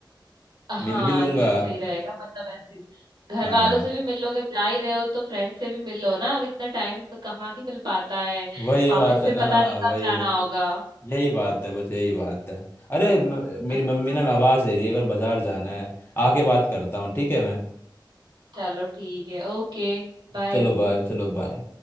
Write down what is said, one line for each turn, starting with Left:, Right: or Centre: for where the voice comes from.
Right: हाँ
Left: मिल भी लूंगा
Right: ये भी सही रहेगा मतलब ऐसे घर
Left: हाँ
Right: वालों से भी मिल लोगे अब जा ही रहे हो तो फ्रेंड से भी मिल लो ना अब इतना टाइम कहाँ ही मिल पाता है
Left: वही
Right: वापस
Left: बात
Right: फिर
Left: है ना
Right: पता नहीं
Left: वही
Right: कब जाना होगा
Left: यही बात है बस यही बात है अरे म- मेरी
Right: हाँ
Left: मम्मी ना मैं आवाज़ दे रही है अगर बाजार जाना है आके बात करता हूँ ठीक है मैं
Right: चलो ठीक है ओके बाय
Left: चलो बाय चलो बाय